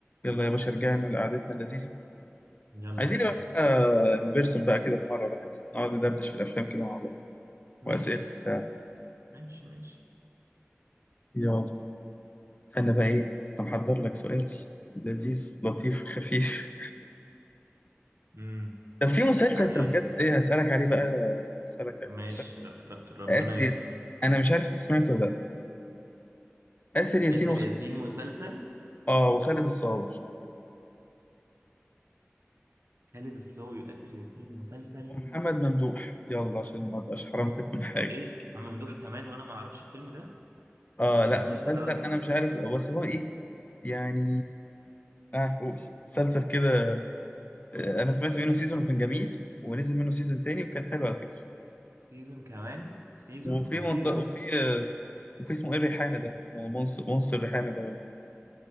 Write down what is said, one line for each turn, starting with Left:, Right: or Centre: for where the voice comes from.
Left: يلا يا باشا رجعنا لقعدتنا اللذيذة
Right: يلا
Left: عايزين
Right: بينا
Left: نبقى نعملها ان بيرسون بقى كده في مرة ولا حاجة نقعد ندردش في الأفلام كده مع بعض
Right: ماشي
Left: وأسئلة وبتاع
Right: ماشي ماشي
Left: يلا استنى بقى إيه كنت محضر لك سؤال لذيذ لطيف خفيف
Right: امم
Left: طب في مسلسل
Right: يعني
Left: طب بجد إيه هسألك عليه بقى هسألك عليه
Right: ماشي
Left: مسلسل
Right: ر- ر- ربنا
Left: آسر
Right: يستر
Left: ياسين أنا مش عارف أنت سمعته ولا لأ آسر ياسين
Right: آسر
Left: وخالد
Right: ياسين مسلسل
Left: آه وخالد الصاوي
Right: خالد الصاوي وآسر ياسين مسلسل
Left: ومحمد ممدوح يلا عشان ما أبقاش حرمتك من حاجة
Right: ايه محمد ممدوح كمان وانا ما اعرفش الفيلم ده
Left: آه
Right: المسلسل
Left: لا مسلسل
Right: ده قصدي
Left: أنا مش عارف بس هو إيه يعني آه قول مسلسل كده آه، انا سمعت منه سيزون وكان جميل ونزل منه سيزون تاني وكان حلو على فكره
Right: سيزون كمان سيزون
Left: وفي
Right: هو
Left: منطقه
Right: سيزونز
Left: وفي آه، وفي اسمه ايه الريحانه ده هو منصر منصر الريحانه ده ولا